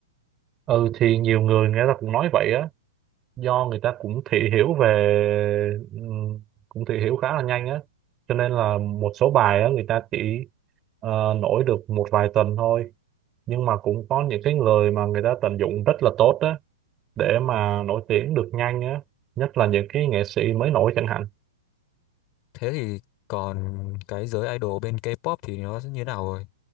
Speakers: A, on the right; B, on the left.
A: Ừ thì nhiều người người ta cũng nói vậy á. do người ta cũng thị hiểu về ừm, cũng thị hiểu khá là nhanh á cho nên là một số bài á người ta chỉ ờ, nổi được một vài tuần thôi nhưng mà cũng có những cái người mà người ta tận dụng rất là tốt á để mà nổi tiếng được nhanh á nhất là những cái nghệ sĩ mới nổi chẳng hạn
B: thế thì còn cái giới idol bên K-pop thì nó sẽ như thế nào rồi